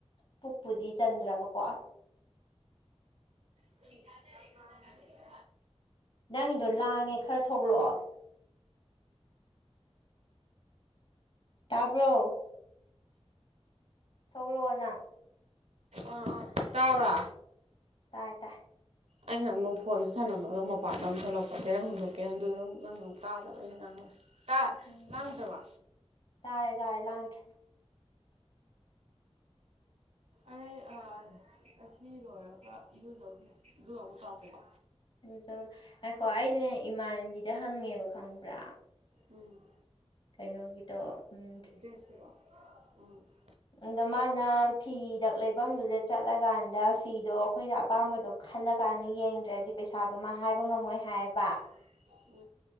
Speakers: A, on the left; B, on the right.
A: ꯄꯨꯛꯄꯨꯗꯤ ꯆꯟꯗ꯭ꯔꯕꯀꯣ
B: <unintelligible>
A: ꯅꯪꯒꯤꯗꯣ ꯂꯥꯡꯉꯦ ꯈꯔ ꯊꯣꯛꯂꯛꯑꯣ ꯇꯥꯕ꯭ꯔꯣ ꯊꯣꯛꯂꯛꯑꯣ ꯅꯪ
B: ꯑꯥ ꯑꯥ ꯇꯥꯕ꯭ꯔꯥ
A: ꯇꯥꯏ ꯇꯥꯏ
B: ꯑꯩꯅ ꯑꯃꯨꯛ ꯐꯣꯟꯗ ꯊꯝꯅꯝꯃꯒ ꯃꯄꯥꯟꯗ ꯑꯃꯨꯛ ꯊꯣꯛꯂꯛꯄ ꯆꯦꯔꯪ ꯍꯨꯟꯗꯣꯛꯀꯦ ꯑꯗꯨꯗ ꯑꯃꯨꯛ ꯅꯪꯅ ꯑꯃꯨꯛ ꯇꯥꯗꯕ ꯑꯩꯅ ꯉꯥꯡꯕꯁꯦ ꯇꯥ
A: ꯎꯝ
B: ꯂꯥꯡꯗ꯭ꯔꯕ
A: ꯇꯥꯔꯦ ꯇꯥꯔꯦ ꯂꯥꯡꯗ꯭ꯔꯦ
B: ꯑꯩ ꯑꯥ ꯑꯁꯤ ꯂꯣꯏꯔꯔꯒ ꯏꯔꯨꯖꯥꯔꯨꯒꯦ ꯑꯗꯨꯒ ꯑꯃꯨꯛ ꯇꯧꯔꯛꯀꯦꯀꯣ
A: ꯂꯨꯖꯥꯔꯨꯔꯣ ꯉꯥꯏꯈꯣ ꯑꯩꯅ ꯏꯃꯥꯟꯅꯕꯤꯗ ꯍꯪꯉꯦꯕ ꯈꯪꯕ꯭ꯔꯥ
B: ꯎꯝ
A: ꯀꯩꯅꯣꯒꯤꯗꯣ ꯎꯝ
B: <unintelligible>
A: ꯑꯥꯗ ꯃꯥꯅ ꯐꯤꯗꯛ ꯂꯩꯐꯝꯗꯨꯗ ꯆꯠꯂꯀꯥꯟꯗ ꯐꯤꯗꯣ ꯑꯩꯈꯣꯏꯅ ꯑꯄꯥꯝꯕꯗꯣ ꯈꯜꯂ ꯀꯥꯟꯗ ꯌꯦꯡꯗ꯭ꯔꯗꯤ ꯄꯩꯁꯗꯣ ꯃꯥ ꯍꯥꯏꯕ ꯉꯝꯃꯣꯏ ꯍꯥꯏꯌꯦꯕ
B: <unintelligible>